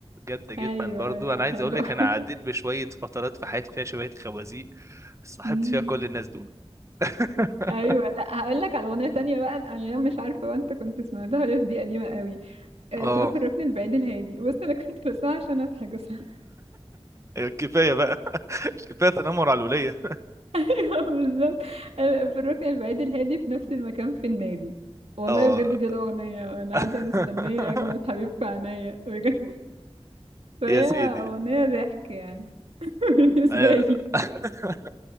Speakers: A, on the right; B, on the right.
A: جامده جدا
B: ايوه
A: برضو
B: ايوه
A: انا عايز
B: حلو
A: اقول لك
B: <laughs>
A: انا عديت بشويه فترات في حياتي فيها شويه خوازيق صاحبت
B: أمم.
A: فيها كل الناس دول <laughs>
B: ايوه لا هقول لك على اغنيه تانية بقى الانغام مش عارفه بقى انت كنت سمعتها ولا لأ، دي قديمه قوي اسمها
A: اه
B: في الركن البعيد الهادي بص انا كنت بسمعها عشان اضحك بس <laughs>
A: كفايه بقى <laughs> كفايه تنمر على الوليه
B: أيوة بالظبط أنا في الركن البعيد الهادي في نفس المكان في النادي والله
A: اه
B: بجد دي الاغنيه انا
A: <laughs>
B: قاعده مستنيه اجمل حبيب في عينيا بجد <laughs> فهي
A: يا سيدي
B: اغنيه ضحك يعني <laughs> بالنسبه
A: آه.
B: لي
A: <laughs>